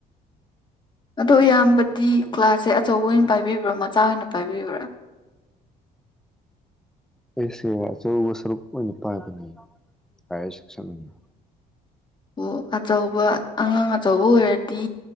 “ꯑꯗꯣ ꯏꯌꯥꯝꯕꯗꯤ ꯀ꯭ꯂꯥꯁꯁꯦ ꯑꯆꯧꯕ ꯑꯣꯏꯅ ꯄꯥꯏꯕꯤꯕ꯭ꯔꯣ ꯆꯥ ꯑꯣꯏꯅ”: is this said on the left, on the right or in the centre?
Left